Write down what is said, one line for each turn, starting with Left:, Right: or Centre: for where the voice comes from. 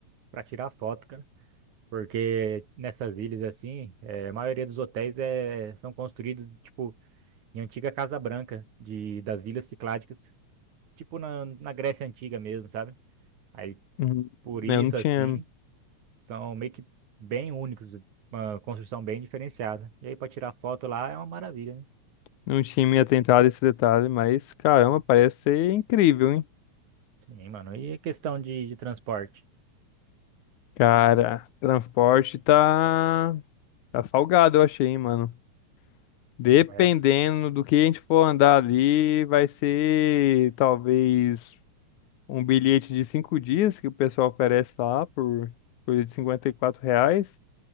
Right: pra tirar foto, cara. Porque nessas ilhas assim, é a maioria dos hotéis é, são construídos tipo em antiga Casa Branca de das vilas cicládicas, tipo na, na Grécia Antiga mesmo, sabe? Aí
Left: Uhum.
Right: por isso
Left: Eu não tinha,
Right: assim, são meio que bem únicos, uma construção bem diferenciada. E aí para tirar foto lá é uma maravilha, né?
Left: não tinha me atentado a esse detalhe, mas caramba, parece ser incrível, hein?
Right: Sim, mano. E a questão de, de transporte?
Left: Cara, transporte tá, tá salgado, eu achei, hein, mano. Dependendo
Right: É,
Left: do que a gente for andar ali, vai ser talvez. um bilhete de cinco dias que o pessoal oferece lá por coisa de 54 reais.